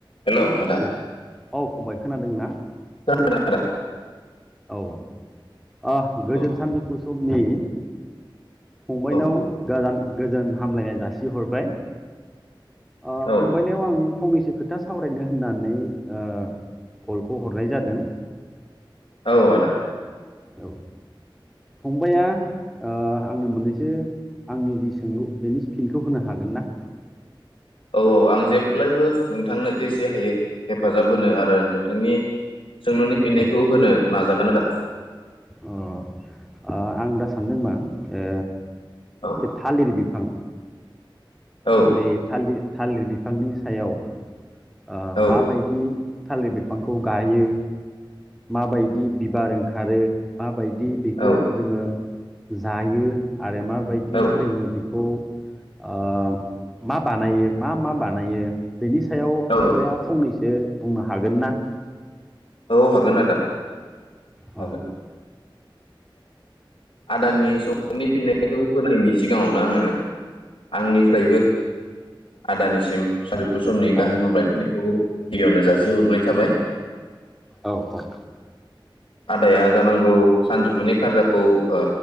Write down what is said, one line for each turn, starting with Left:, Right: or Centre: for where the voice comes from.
Left: हेलौ आदा
Centre: औ फंबाय खोनादोंना
Left: आद आदा
Centre: औ ओ गोजोन
Left: औ
Centre: सानजौफु समनि फंबयनावा
Left: औ
Centre: गोजोन हामलायनाय जासिहरबाय ओ
Left: औ
Centre: फंबायनियाव आं फंनैसो खोथा सावरायनो होननानै ओ कलखौ हरनाय जादों
Left: औ आदा
Centre: औ फंबाया ओ आंनो मोननैसो आंनि जि सोंलु बेनि फिनखौ होनो हागोन ना
Left: औ औ आं जेब्लायबो नोंथांनो जेसे हायो हेफाजाब होनो आरो नोंथांनि सोंलुनि फिननायखौ
Centre: औ
Left: होनो नाजागोन आदा
Centre: अ ओ दा सानदों मा ओ
Left: औ
Centre: बे थालिर बिफां
Left: औ
Centre: बे थालित थालिर बिफांनि सायाव ओ
Left: औ
Centre: मा बायदि थालिर बिफांखौ गायो माबायदि बिबार ओं खारो माबाय दि बेखौ
Left: औ
Centre: जोङो जायो आरो माबायदि
Left: औ
Centre: जोङो बिख खौ ओ मा बानायो मा मा बानायो बेनि सायाव
Left: औ
Centre: फंबाया फंनैस बे बुंनो हागोन ना
Left: औ हागोन आदा
Centre: अ
Left: हागोन आदाननि सबनि फिननायखौ होनायनि सिगाङावनो आङो आंनिफ्रायबो आदानिसिम सानजौफु समनि गाहाम
Centre: औ
Left: हामग्लायनायखौ गिबियावनो जासिहरग्रोनाय थाबाय
Centre: औ औ
Left: आदाया जानांगौ सानजौफुनि खाजाखौ ओ